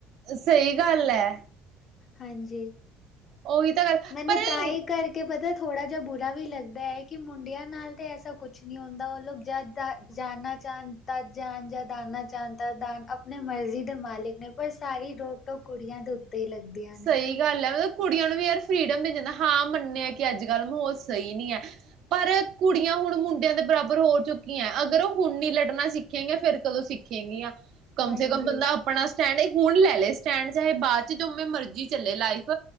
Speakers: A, on the right; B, on the left.
A: ਸਹੀ ਗੱਲ ਹੈ।
B: ਹਾਂਜੀ।
A: ਉਹੀ ਤਾਂ ਗੱਲ
B: ਮੈਨੂੰ
A: ਪਰ ਇਹ
B: ਤਾਂ ਹੀ ਕਰਕੇ ਪਤਾ, ਥੋੜ੍ਹਾ ਜਿਹਾ ਬੁਰਾ ਵੀ ਲੱਗਦਾ ਹੈ ਕਿ ਮੁੰਡਿਆਂ ਨਾਲ ਤਾਂ ਐਸਾ ਕੁਛ ਨਹੀਂ ਹੁੰਦਾ ਉਹ ਲੋਕ ਜਦ ਦਾ ਜਾਣ ਨਾ ਚਾਹਣ ਤਦ ਜਾਣ ਜਾਂ ਦਾਨਨਾ ਚਾਹਣ ਤਦ ਦਾਨ ਆਪਣੇ ਮਰਜ਼ੀ ਦੇ ਮਾਲਿਕ ਨੇ ਪਰ ਸਾਰੀ ਰੋਕ ਟੋਕ ਕੁੜੀਆਂ ਦੇ ਉੱਤੇ ਲੱਗਦੀਆਂ
A: ਸਹੀ
B: ਨੇ
A: ਗੱਲ ਹੈ, ਮਤਲਬ ਕੁੜੀਆਂ ਨੂੰ ਵੀ ਯਾਰ ਫਰੀਡਮ ਮਿਲ ਜਾਂਦਾ ਹਾਂ ਮੰਨੇ ਆ ਕਿ ਅੱਜ ਕੱਲ੍ਹ ਮਾਹੌਲ ਸਹੀ ਨਹੀਂ ਹੈ ਪਰ ਕੁੜੀਆਂ ਹੁਣ ਮੁੰਡਿਆਂ ਦੇ ਬਰਾਬਰ ਹੋ ਚੁੱਕੀਆਂ ਅਗਰ ਉਹ ਹੁਣ ਨੀ ਲੜਨਾ ਸਿੱਖੇਗੀਆਂ ਫਿਰ ਕਦੋਂ ਸਿੱਖੇਗੀਆਂ। ਕਮ
B: ਹਾਂਜੀ
A: ਸੇ ਕਮ ਬੰਦਾ ਆਪਣਾ ਸਟੈਂਡ ਹੁਣ ਲੈ ਲਏ ਸਟੈਂਡ ਚਾਹੇ ਬਾਅਦ ਚ ਜਿਵੇਂ ਮਰਜ਼ੀ ਚੱਲੇ ਲਾਈਫ